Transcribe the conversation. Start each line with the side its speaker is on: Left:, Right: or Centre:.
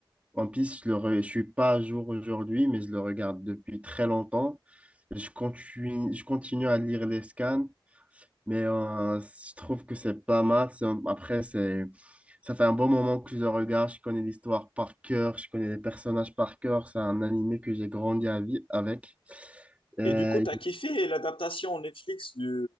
Right: One Piece, je le re- je suis pas à jour aujourd'hui, mais je le regarde depuis très longtemps. Je continue, je continue à lire les scans, mais euh, je trouve que c'est pas mal. C'est un- Après, c'est, ça fait un bon moment que je le regarde. Je connais l'histoire par cœur, je connais les personnages par cœur. C'est un animé que j'ai grandi à vi- avec. Euh,
Left: Et du coup, t'as kiffé l'adaptation Netflix du,